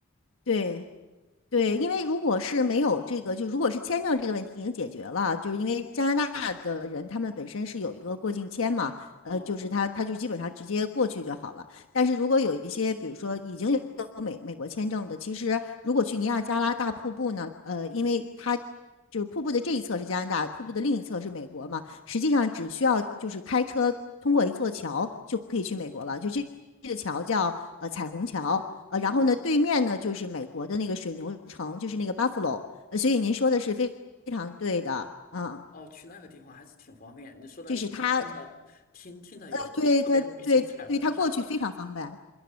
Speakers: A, on the left; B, on the left.
A: 对。对，因为如果是没有这个，就如果是签证这个问题已经解决了，就是因为加拿大的人他们本身是有一个过境签嘛，呃，
B: 哦
A: 就是他他就基本上直接过去就好了。但是如果有一些，比如说已经有美美国签证的，其实如果去尼亚加拉大瀑布呢，呃，因为它就是瀑布的这一侧是加拿大，瀑布的另一侧是美国嘛，实际上只需要就是开车通过一座桥就可以去美国了，就这这个桥叫呃彩虹桥。呃，然后呢，
B: 哦
A: 对面呢就是美国的那个水牛城，就是那个 Buffalo，呃，所以您说的是非非常对的，啊，
B: 哦，去那个地方还是挺方便。你说那个桥，
A: 就是他，
B: 听的听听的也挺特别美，
A: 他对他对对他过去非常方便，
B: <laughs> 叫彩虹桥。<laughs>